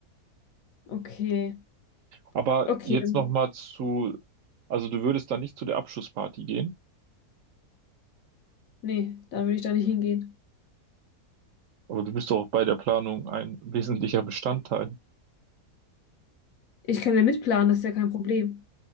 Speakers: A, on the left; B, on the right.
A: Okay,
B: Aber
A: okay,
B: jetzt
A: dann,
B: nochmal zu, also du würdest dann nicht zu der Abschlussparty gehen,
A: nee, dann würde ich da nicht hingehen.
B: aber du bist doch bei der Planung ein <laughs> wesentlicher Bestandteil.
A: Ich kann ja mitplanen, das ist ja kein Problem.